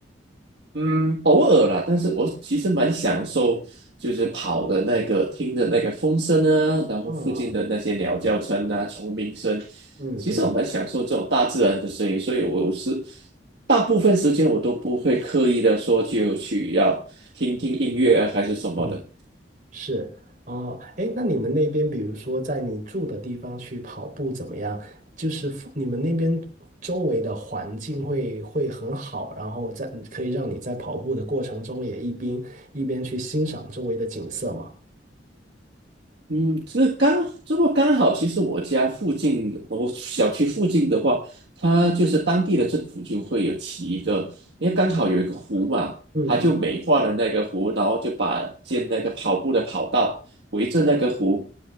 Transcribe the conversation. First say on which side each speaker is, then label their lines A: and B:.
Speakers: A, on the right (about 65°); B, on the right (about 45°).
A: 嗯，偶尔啦，但是我其实蛮享受，就是跑的那个听的那个风声啊，然后附近的那些鸟叫声啊、
B: 嗯
A: 虫鸣声，
B: 嗯嗯
A: 其实我蛮享受这种大自然的声音，所以我有时大部分时间我都不会刻意的说就去要听听音乐啊还是什么的。
B: 嗯，是哦，哎，那你们那边，比如说在你住的地方去跑步怎么样？就是附你们那边周围的环境会会很好，然后在可以让你在跑步的过程中也一边一边去欣赏周围的景色嘛。
A: 嗯，这刚这么刚好，其实我家附近，我小区附近的话，它就是当地的政府就会有起一个，因为刚好有一个湖嘛，
B: 嗯
A: 它就美化了那个湖，然后就把建那个跑步的跑道围着那个湖。